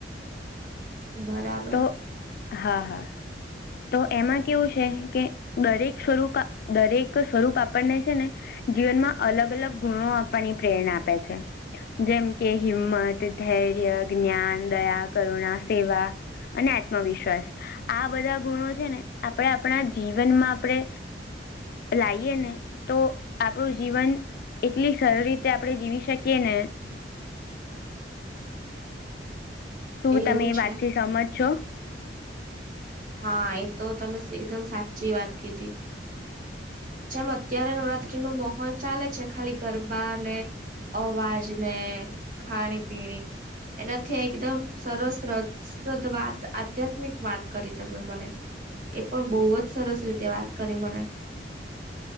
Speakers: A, on the right; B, on the left.
A: બરાબ
B: તો હા હા તો એમાં કેવું છે કે દરેક સ્વરૂપ દરેક સ્વરૂપ આપણને છે ને જીવનમાં અલગ અલગ ગુણો આપવાની પ્રેરણા આપે છે. જેમ કે હિંમત ધૈર્ય જ્ઞાન દયા કરુણા સેવા અને આત્મવિશ્વાસ આ બધા ગુણો છે ને આપડે આપડા જીવનમાં આપડે લાઈએ ને તો આપડુ જીવન એટલી સરળ રીતે આપડે જીવી શકીએ ને. શું
A: એવું
B: તમે એ
A: છે.
B: વાતથી સહમત છો.
A: હા એ તો તમે એકદમ સાચી વાત કીધી. જેમ અત્યારે નવરાત્રી નો માહોલ ચાલે છે ખાલી ગરબા અને અવાજ ને ખાણી પીણી એનાથી એકદમ સરસ રસપ્રદ વાત આધ્યાત્મિક વાત કરી તમે મને એ પણ બહુ જ સરસ રીતે વાત કરી મને.